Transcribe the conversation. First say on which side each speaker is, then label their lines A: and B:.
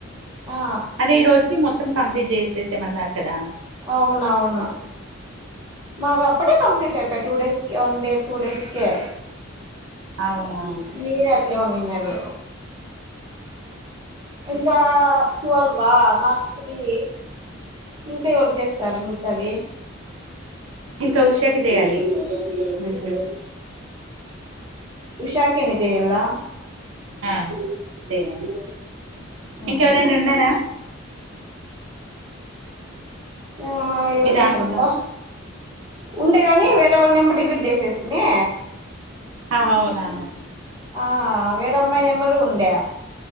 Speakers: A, on the right; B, on the right.
A: ఆ
B: అదే ఈ రోజుకి మొత్తం కంప్లీట్ చేసి చేసేమన్నారు కదా
A: అవునవును మావి అప్పుడే కంప్లీట్ అయిపోయి టూ డేస్ కి వన్ డే టూడేస్కె
B: అవునా
A: మీరట్లే ఉన్నిన్నారు ఇంకా ట్వీల్వ నాకు త్రి ఇంకా ఎవరికి చేస్తారు మిగతావి
B: ఇంకా ఉషాకి చేయాలి మ్మహు
A: ఉషాకేన్ని చేయలా
B: ఆ చేయండి
A: అవునా
B: ఇంకెవరనా ఉన్నారా
A: ఆ ఎవరున్నారు
B: మీ దాంట్లో
A: అబ్బా ఉండే గాని వేరే వాళ్ళ నెంబర్ డిలీట్ చేసేస్థిమే
B: ఆ అవునా
A: ఆ వేరమ్మాయి నంబరు ఉండే